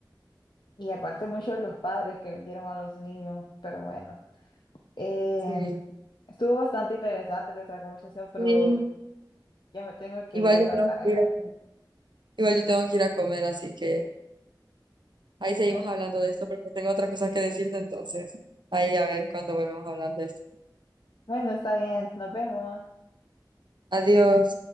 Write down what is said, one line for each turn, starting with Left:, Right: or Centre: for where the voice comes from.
Left: Y aparte muchos de los padres que vendieron a los niños, pero bueno. Eh,
Right: Sí.
Left: estuvo bastante interesante nuestra conversación, pero
Right: Sí,
Left: ya me tengo que
Right: igual
Left: ir a hacer
Right: yo tengo
Left: tarea.
Right: que ir a comer. Igual yo tengo que ir a comer, así que ahí seguimos
Left: Bueno,
Right: hablando de esto porque tengo otras cosas que decirte, entonces ahí a ver cuándo volvemos a hablar de esto.
Left: bueno, está bien, nos vemos.
Right: Adiós.